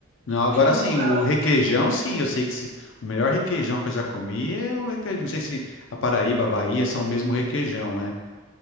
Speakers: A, on the left; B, on the right.
A: Não, agora
B: Se tu
A: sim,
B: botar,
A: o requeijão, sim, eu sei que se- o melhor requeijão que eu já comi é o requeijão. Não sei se a Paraíba, a Bahia são o mesmo requeijão, né?